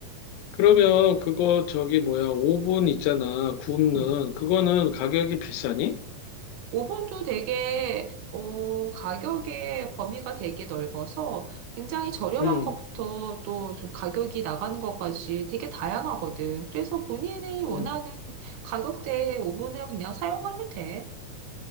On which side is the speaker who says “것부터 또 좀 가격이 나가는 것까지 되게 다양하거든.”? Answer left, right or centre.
Right